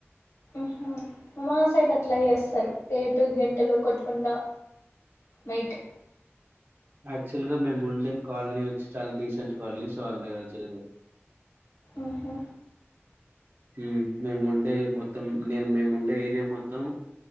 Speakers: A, on the left (about 85°); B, on the right (about 50°).
A: ఉహు మా సైడ్ అట్లా చేస్తారు ప్లేటు గెంటెలు కొట్టకుంటా నైట్
B: యాక్చువల్ గా మేము ఉండే కాలనీ వచ్చి చాలా డీసెంట్ కాలనీ సో అలా చెయ్యరు
A: ఊహూ
B: ఊ మేముండే మొత్తం నేను మేముండే ఏరియా మొత్తం